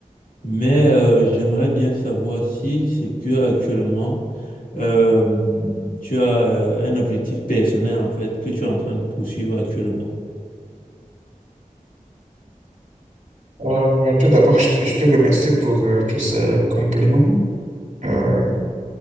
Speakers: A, on the left (about 75°); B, on the right (about 55°).
A: Mais euh, j'aimerais bien savoir si c'est que actuellement euh, tu as euh, un objectif personnel en fait que tu es en train de poursuivre actuellement.
B: Euh, tout d'abord, je te je te remercie pour euh, tous ces compliments. Euh,